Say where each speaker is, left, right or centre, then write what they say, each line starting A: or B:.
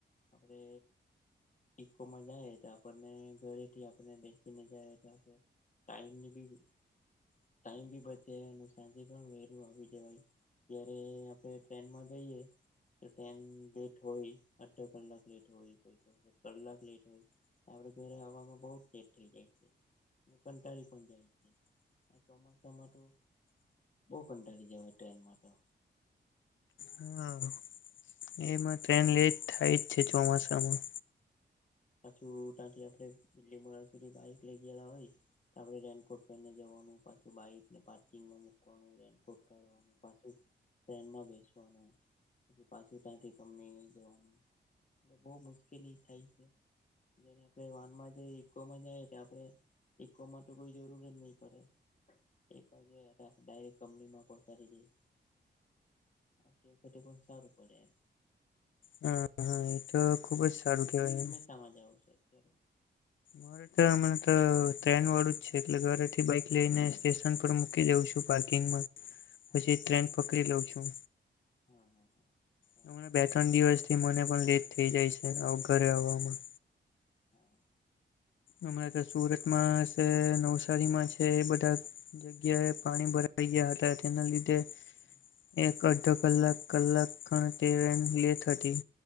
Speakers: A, on the left; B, on the left.
A: આપરે ઇકોમાં જાય તો આપણને ઘરે થી આપણને બેસીને જાય તો આપે ટાઈમની બી ટાઈમ બી બચે અને સાંજે પણ વહેલું આવી જવાય ને આપણે ટ્રેનમાં જઈએ તો ટ્રેન લેટ હોય અડધો કલાક લેટ હોય કોઈ તો કલાક લેટ હોય આપરે ઘરે આવામાં બહુ જ લેટ થઈ જાય છે ને કંટાળી પણ જાય છે ને ચોમાસામાં તો બહુ કંટાળી જવાય ટ્રેનમાં તો
B: હા એમાં ટ્રેન લેટ થાય જ છે ચોમાસામાં
A: પાછું ત્યાંથી આપડે બીલીમોરા સુધી બાઈક લઈ ગયેલા હોય આપડે રેઈનકોટ પહેરીને જવાનું પાછું બાઈક ને પાર્કિંગમાં મૂકવાનું રેઈનકોટ કાઢવાનું પાછું ટ્રેનમાં બેસવાનું પછી પાછું ત્યાંથી કંપનીએ જવાનું એટલે બહુ મુશ્કેલી થાય છે જેને આપણે વાન માં જઈએ ઇકોમાં જઈએ તો આપડે ઇકો માં તો કોઈ જરૂર જ ની પડે એક વાગ્યા ડાયરેક્ટ કંપનીમાં પહોંચાડી દેય આવતી વખતે પણ સારું પડે એમ
B: હા હા એ તો ખુબ જ સારું કેવાય
A: નાવા જવું છે અત્યારે
B: મારે તો હમને તો ટ્રેન વાળું જ છે એટલે ઘરેથી બાઈક લઈને સ્ટેશન પર મૂકી જઉં છું પાર્કિંગમાં પછી
A: હા
B: ટ્રેન પકડી લઉં છું
A: હા હા હા અચ્છા
B: હમણાં બે ત્રણ દિવસ થી મને પણ લેટ થઇ જાય છે
A: હમ
B: ઘરે
A: હમ
B: આવામાં
A: હા
B: અમારે તો સુરતમાં છે નવસારીમાં છે એ બધા જગ્યાએ પાણી ભરાઈ ગયા હતા તેના
A: હમ
B: લીધે
A: હમ
B: એક અડધો કલાક કલાક ખાન ટ્રેન લેટ હતી